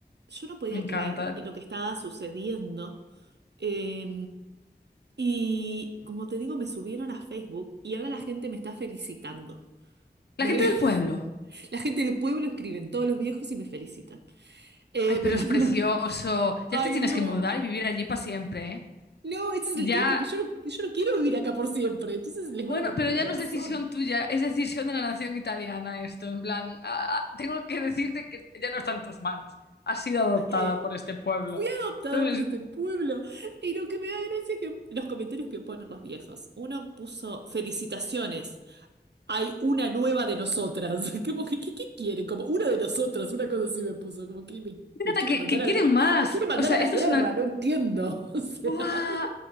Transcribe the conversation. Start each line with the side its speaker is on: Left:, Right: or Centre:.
Right: yo no podía
Left: Me encanta.
Right: creer lo que estaba sucediendo. Eh, y como te digo, me subieron a Facebook y ahora la gente me está felicitando. Me-
Left: La gente
Right: <laughs>
Left: del pueblo.
Right: la gente del pueblo escriben, todos los viejos y me felicitan. Eh,
Left: Ay, pero
Right: me mandan-
Left: es precioso.
Right: <laughs> Ay,
Left: Ya te tienes
Right: no.
Left: que mudar y vivir allí para siempre, ¿eh?
Right: No, ese es
Left: Ya,
Right: el tema, que yo no, yo no quiero vivir acá por siempre, entonces les
Left: bueno,
Right: voy a romper
Left: pero
Right: el
Left: ya
Right: corazón.
Left: no es decisión tuya, es decisión de la nación italiana esto. En plan, ah, ah, tengo que decirte que ya no está en tus manos. Has sido adoptada
Right: Eh,
Left: por este pueblo.
Right: he adoptado
Left: ¿Sabes?
Right: por este pueblo. Y lo que me da gracia es que los comentarios que ponen los viejos. Uno puso, felicitaciones, hay una nueva de nosotras. <laughs> Como que, ¿qué, qué quiere? Como una de nosotras, una cosa así me puso, como que me,
Left: Fíjate
Right: me quiere
Left: que,
Right: mandar
Left: que
Right: al,
Left: quieren más.
Right: me quiere mandar
Left: O sea,
Right: a la
Left: esto
Right: guerra,
Left: es una...
Right: no entiendo. <laughs> O sea.
Left: ¡Buah!